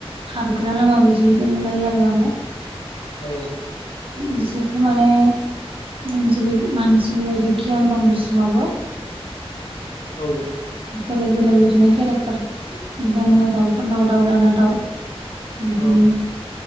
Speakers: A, on the right; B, on the left.
A: हाबग्रा लामा बिदि दोनलायो आरो माने
B: औ
A: बिसोरखौ माने उम जोबोद मानसिनि बायदि गियान दं बिसिनावबो
B: औ
A: बेलेग बेलेग बिदिनो केरेक्टार दङ दाउफोरनाव दाउ लाना दाउ बिदिनो
B: औ